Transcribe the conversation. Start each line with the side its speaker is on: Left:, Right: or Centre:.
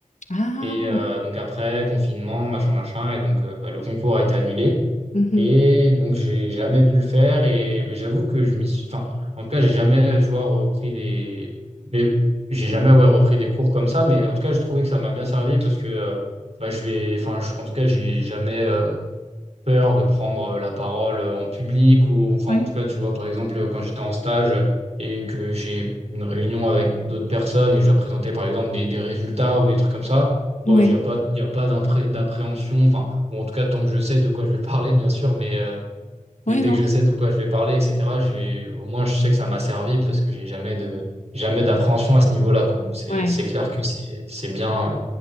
Left: Ah,
Right: Et euh, donc après, confinement, machin, machin, et donc euh, bah, le concours a été annulé.
Left: mhm.
Right: Et donc j'ai jamais pu le faire. Et mais j'avoue que je m'y suis. Enfin, en tout cas, j'ai jamais, tu vois, repris des. Mais j'ai jamais ouais, repris des cours comme ça. Mais en tout cas, j'ai trouvé que ça m'a bien servi parce que euh, bah, je vais. Enfin, je- en tout cas, j'ai jamais. euh, peur de prendre euh, la parole euh, en public ou enfin
Left: Ouais.
Right: en tout cas tu vois par exemple quand j'étais en stage et que j'ai une réunion avec d'autres personnes et je dois présenter par exemple des, des résultats ou des trucs comme ça
Left: Ouais.
Right: bon il n'y a pas il y a pas d'appré- d'appréhension enfin ou en tout cas tant que je sais de quoi je vais <laughs> parler bien sûr mais euh,
Left: Oui,
Right: mais dès
Left: non.
Right: que je sais de quoi je vais parler etc j'ai au moins je sais que ça m'a servi parce que j'ai jamais de jamais d'appréhension à ce niveau-là quoi donc c'est
Left: Ouais.
Right: c'est clair que c'est c'est bien euh,